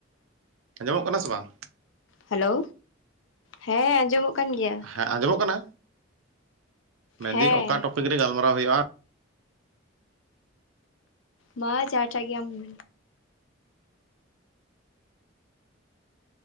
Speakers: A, on the right; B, on the left.
A: ᱟᱸᱡᱚᱢᱚᱜ ᱠᱟᱱᱟ ᱥᱮ ᱵᱟᱝ?
B: ᱦᱮᱞᱳ ᱦᱮᱸ ᱟᱸᱡᱚᱢᱚᱜ ᱠᱟᱱ ᱜᱮᱭᱟ ᱾
A: ᱦᱮᱸ ᱟᱸᱡᱚᱢᱚᱜ ᱠᱟᱱᱟ ᱢᱮᱱᱫᱟᱹᱧ
B: ᱦᱮᱸ
A: ᱚᱠᱟ ᱴᱨᱚᱯᱤᱠ ᱨᱮ ᱜᱟᱞᱢᱟᱨᱟᱣ ᱦᱩᱭᱩᱜᱼᱟ?
B: ᱢᱟ ᱡᱟᱦᱟᱴᱟᱜ ᱜᱮ ᱟᱢ ᱾